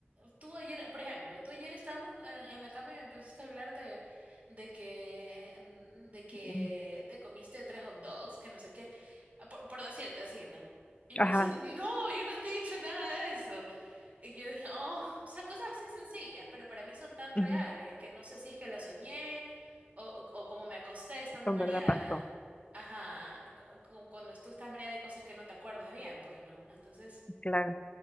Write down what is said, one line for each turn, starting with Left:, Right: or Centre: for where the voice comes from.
Right: tú ayer, por ejemplo, tú ayer estábamos en, en la cama y me empezaste a hablar de, de que, mm, de que
Left: mm,
Right: te comiste tres hot dogs, que no sé qué, ah, por, por decirte así, ¿no? Y me
Left: ajá,
Right: dicen, <laughs> no, yo no te he dicho nada de eso. Y yo dije, oh, o sea, cosas así sencillas, pero para mí son tan reales
Left: ujú,
Right: que no sé si es que la soñé o, o, o como me acosté estando
Left: con
Right: mareada.
Left: verdad pasó,
Right: Ajá, cu- cu- cuando tú estás mareada hay cosas que no te acuerdas bien, pues no. Entonces,
Left: claro.